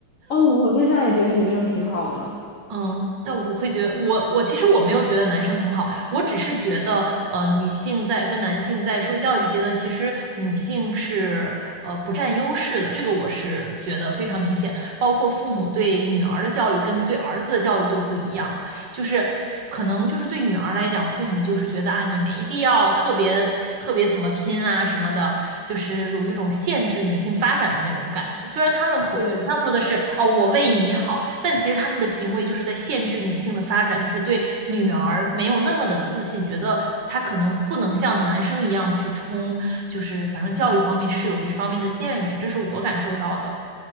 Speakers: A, on the left; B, on the right.
A: 哦，我对象也觉得女生挺好的。
B: 嗯，但我会觉得，我我其实我没有觉得男生很好，我只是觉得，呃，女性在跟男性在受教育阶段，其实女性是呃不占优势的，这个我是觉得非常明显，包括父母对女儿的教育跟对儿子的教育就不一样。就是可能就是对女儿来讲，父母就是觉得啊，你没必要特别特别怎么拼啊什么的，就是有一种限制女性发展的那种感觉。虽然他们口嘴上说的是哦，
A: 对，
B: 我为你好，但其实他们的行为就是在限制女性的发展，就是对女儿没有那么的自信，觉得她可能不能像男生一样去冲，就是反正教育方面是有这方面的限制，这是我感受到的。